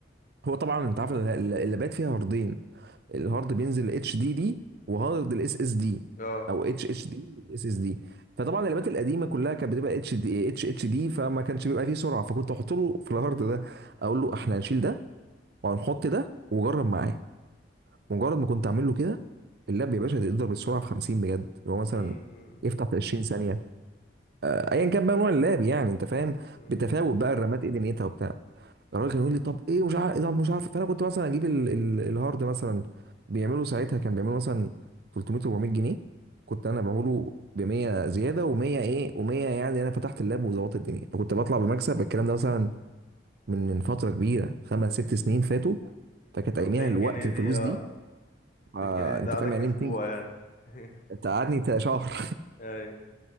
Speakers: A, on the right; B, on the left.
A: هو طبعا انت عارف إن اللابات فيها هاردين الهارد بينزل اتش دي دي وهارد الاس اس دي
B: اه
A: او اتش اتش دي والاس اس دي فطبعا اللابات القديمه كلها كانت بتبقى اتش دي اتش اتش دي فما كانش بيبقى فيه سرعه فكنت احط له في الهارد ده اقول له احنا هنشيل ده وهنحط ده وجرب معاه مجرد ما كنت اعمل له كده اللاب يا باشا تقدر بالسرعه في 50 بجد اللي هو مثلا
B: امم
A: يفتح في 20 ثانيه ايا كان بقى نوع اللاب يعني انت فاهم
B: امم
A: بتفاوت بقى الرامات ايه دنيتها وبتاع الراجل كان يقول لي طب ايه مش عارف إيه طب مش عارف فانا كنت مثلا اجيب ال... ال... الهارد مثلا بيعملوا ساعتها كان بيعملوا مثلا 300 400 جنيه كنت انا بقوله ب 100 زياده و100 ايه و100 يعني انا فتحت اللاب وظبطت الدنيا فكنت بطلع بمكسب الكلام ده مثلا من من فتره كبيره خمس ست سنين فاتوا فكانت
B: ف
A: اياميها
B: 200
A: الوقت
B: جنيه
A: الفلوس
B: دي اه
A: دي
B: 200
A: آه
B: جنيه دي
A: انت
B: تقعدك
A: فاهم يعني
B: اسبوع
A: إيه 200 جنيه
B: يعني <laughs>
A: انت قعدني تا- شهر
B: اي